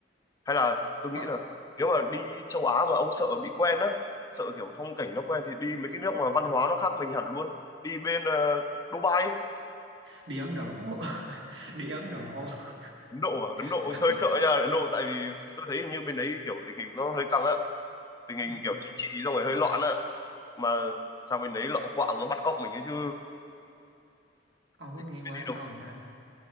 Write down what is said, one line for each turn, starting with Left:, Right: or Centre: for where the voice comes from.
Left: hay là
Right: khó
Left: tôi nghĩ là nếu mà đi châu Á mà ông sợ bị quen á sợ kiểu phong cảnh nó quen thì đi mấy cái nước mà văn hóa nó khác mình hẳn luôn đi bên ờ, Dubai
Right: đi Ấn Độ <laughs> đi Ấn Độ
Left: Ấn Độ à?
Right: <laughs>
Left: Ấn Độ
Right: Qua-
Left: <laughs> hơi sợ nha Ấn Độ tại vì tôi thấy hình như bên đấy kiểu tình hình nó hơi căng á tình hình
Right: Ừm,
Left: kiểu chính trị xong rồi hơi loạn á mà sang bên đấy lọ quạng nó bắt cóc mình ấy chứ
Right: ông
Left: Thích
Right: có nghe qua
Left: đi
Right: cái
Left: đâu
Right: câu người ta